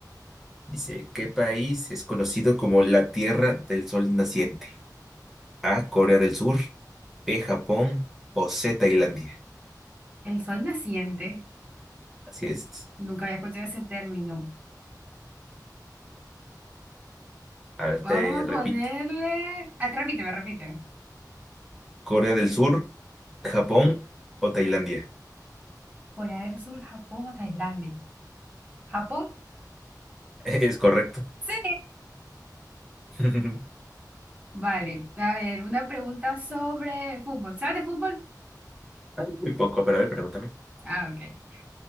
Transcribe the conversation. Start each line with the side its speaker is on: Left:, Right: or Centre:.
Centre: Dice, ¿qué país es conocido como la Tierra del Sol Naciente? A, Corea del Sur, B, Japón o C, Tailandia.
Right: El sol naciente.
Centre: Así es.
Right: Nunca había escuchado ese término.
Centre: A ver, te
Right: Vamos a
Centre: repito.
Right: ponerle... ah, repíteme, repíteme.
Centre: Corea del Sur, Japón o Tailandia.
Right: Corea del Sur, Japón o Tailandia. ¿Japón?
Centre: <laughs> Es correcto.
Right: Sí.
Centre: <laughs> Ay,
Right: Vale. A ver, una pregunta sobre fútbol. ¿Sabes de fútbol?
Centre: Muy poco, pero a ver, pregúntame.
Right: Ah, ok.